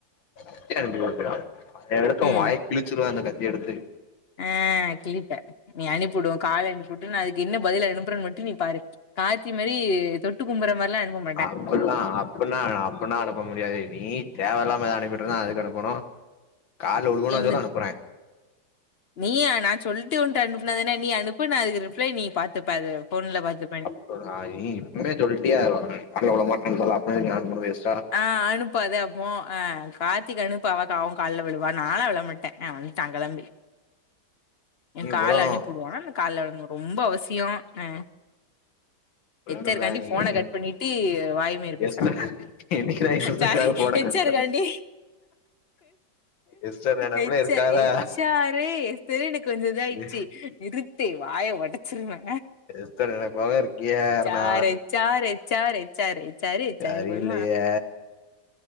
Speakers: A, on the left; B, on the left.
A: கத்தி அனுப்பியுடறயா அத எடுத்து ஊ வாய
B: ம்
A: கிளிச்சிருவ அந்த கத்தி எடுத்து
B: ஆ கிழிப்ப நீ அனுப்பியூட்டு உ கால அனுப்பியூட்டு நா அதுக்க்கு என்ன பதில் அனுப்பறன்னு மட்டு நீ பாரு கார்த்தி மாரி தொட்டு கும்பர்ற மார்லா அனுப்பம்
A: அப்பட்லா அப்புன்னா அப்புன்னா அனுப்ப முடியாது நீ தேவயில்லாம எதா அனுப்பிட்ருந்தா அதுக்கு அனுப்பணு கால்ல <unintelligible>
B: என்ன
A: சொல்லு அனுப்பற
B: நீ யா நா சொல்ட்டு உன்ட்ட அனுப்புனதான நீ அனுப்பு நா அதுக்கு ரிப்ளை நீ பாத்துப்ப அது போன்ல பாத்துப்ப நீ
A: <unintelligible> உண்மைய சொல்ட்டியா <unintelligible>
B: ஆ அனுப்பாது அப்பவு அ கார்த்திக்கு அனுப்பு அவ அவ கால்ல விழுவா நா லா விள மாட்டே அ வன்ட்டா கெளம்பி எ
A: நீ
B: கால
A: உழணு
B: அனுப்பிவுடுவான்னா நா கால்ல <unintelligible> ரொம்ப அவசியோ அ
A: உழணு
B: எஸ்தருகாண்டி
A: பரணி
B: போன கட் பண்ணீட்டு வாய் மயிறு பேசுறா
A: எஸ்டர் என்னைக்குடா எஸ்டருக்காக
B: சாரி
A: ஃபோன
B: எச்சருக்கண்டி
A: கட் எஸ்டர் நெனப்புல
B: எச்சரு
A: இருக்காதா
B: எச் சாரு எஸ்தர் எனக்கு கொஞ்சோ இதாயிடுச்சி
A: இது
B: நிறுத்து வாய ஒடச்சிருவ
A: எஸ்டர் நெனப்பாவே இருக்கியே Aruna
B: H R H R H R H R H R
A: சரி
B: போதுமா
A: இல்லையே